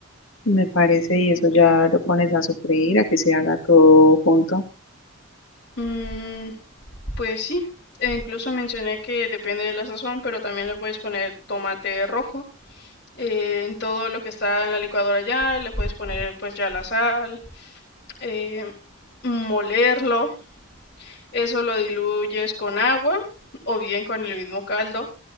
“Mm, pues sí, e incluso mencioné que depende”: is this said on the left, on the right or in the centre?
Left